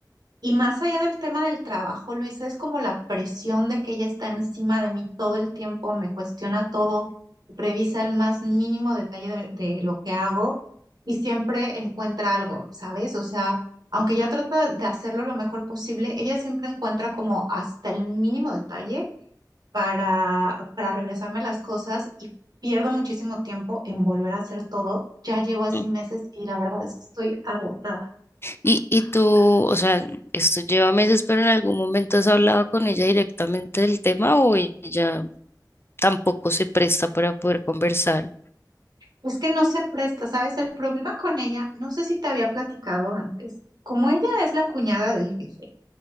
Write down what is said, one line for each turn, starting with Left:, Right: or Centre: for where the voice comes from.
Right: Y más allá del tema del trabajo, Luisa, es como la presión de que ella está encima de mí todo el tiempo, me cuestiona todo, revisa el más mínimo detalle de, de lo que hago y siempre encuentra algo, ¿sabes? O sea, aunque yo trato de de hacerlo lo mejor posible, ella siempre encuentra como hasta el mínimo detalle para, para regresarme las cosas y pierdo muchísimo tiempo en volver a hacer todo. Ya llevo así
Left: ujú.
Right: meses y la verdad es que estoy agotada.
Left: Y, y tú, o sea, esto lleva meses, pero en algún momento has hablado con ella directamente del tema o ella tampoco se presta para poder conversar.
Right: Es que no se presta, ¿sabes? El problema con ella, no sé si te había platicado antes, como ella es la cuñada del jefe,